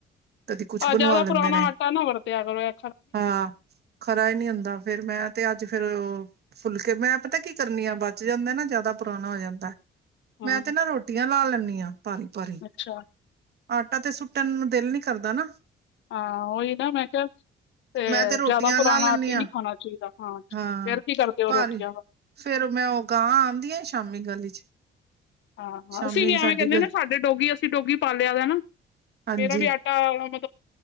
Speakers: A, on the right (about 55°); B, on the left (about 70°).
A: ਕਦੀ ਕੁਛ
B: ਆ,
A: ਬਣਵਾ
B: ਜਿਆਦਾ
A: ਲੈਂਦੇ
B: ਪੁਰਾਣਾ
A: ਨੇ
B: ਆਟਾ ਨਾ ਵਰਤਿਆ ਕਰੋ ਐ
A: ਹਾਂ ਖਰਾ ਹੀ ਨਹੀਂ ਹੁੰਦਾ, ਫੇਰ 'ਮੈਂ' ਤੇ ਅੱਜ ਫੇਰ ਉਹ ਫੁਲਕੇ, ਮੈਂ ਪਤਾ ਕੀ ਕਰਨੀ ਆ ਬਚ ਜਾਂਦਾ ਨਾ, ਜਿਆਦਾ ਪੁਰਾਣਾ ਹੋ ਜਾਂਦਾ।
B: ਹਾਂ
A: ਮੈਂ ਤੇ ਨਾ ਰੋਟੀਆਂ ਲਾ ਲੈਂਦੀ ਹਾਂ, ਪਾਣੀ। ਉਪਰ ਹੀ,
B: ਅੱਛਾ
A: ਆਟਾ ਤੇ ਸੁੱਟਣ ਨੂੰ ਦਿਲ ਨੀ ਕਰਦਾ ਨਾ।
B: ਹਾਂ ਉਹੀ ਨਾ ਮੈਂ ਕਿਹਾ, ਤੇ
A: ਮੈਂ ਰੋਟੀਆਂ
B: ਜ਼ਿਆਦਾ ਪੁਰਾਣਾ
A: ਲਾ ਲੈਂਦੀ
B: ਆਟੇ
A: ਹਾਂ
B: ਨਹੀਂ ਖਾਣਾ ਚਾਹੀ ਦਾ ਹਾਂਜੀ,
A: ਹਾਂ
B: ਫੇਰ ਕੀ ਕਰਦੇ ਹੋ
A: ਭਾਰੀ
B: ਰੋਟੀਆਂ ਦਾ।
A: ਫੇਰ ਮੈਂ ਉਹ ਗਾਂ ਆਂਦੀ ਏ, ਸ਼ਾਮੀ ਗਲੀ ਚ।
B: ਹਾਂ,
A: ਸ਼ਾਮੀ
B: ਅਸੀਂ ਵੀ
A: ਸਾਡੀ
B: ਐਵੇਂ ਕਹਿੰਦੇ
A: ਗਲ
B: ਆਂ ਨਾ ਸਾਡੇ ਡੋਗੀ ਅਸੀਂ ਡੋਗੀ ਪਾਲਿਆ ਦਾ,
A: ਹਾਂਜੀ
B: ਮੇਰਾ ਵੀ ਆ <inaudible> ਖਾਂਦਾ